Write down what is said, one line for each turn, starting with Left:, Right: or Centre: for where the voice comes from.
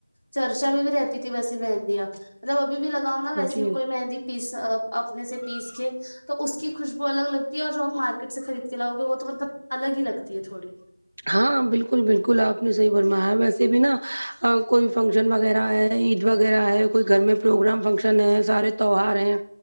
Left: چرچا میں بھی رہتی تھی ویسی مہندیاں مطلب ابھی بھی لگاؤ نا ویسی
Right: جی
Left: کوئی مہندی پیس اپنے سے پیس کے تو اس کی خوشبو الگ لگتی ہے اور جوہم مارک کٹ سے خرید کے لاؤ گے وہ تو مطلب الگ ہی لگتی ہے تھوڑی
Right: ہاں بالکل بالکل آپ نے صحیح فرمایا ویسے بھی نا کوئی فنکشن وغیرہ ہے عید وغیرہ ہے کوئی گھر میں پروگرام فنکشن شن ہیں سارے تیوار ہیں